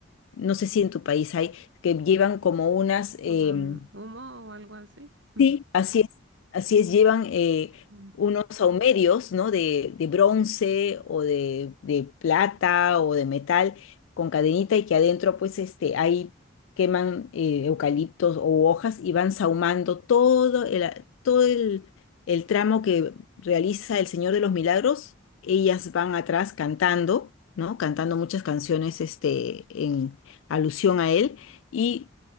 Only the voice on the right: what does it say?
con humo o algo así. <laughs>
Mm.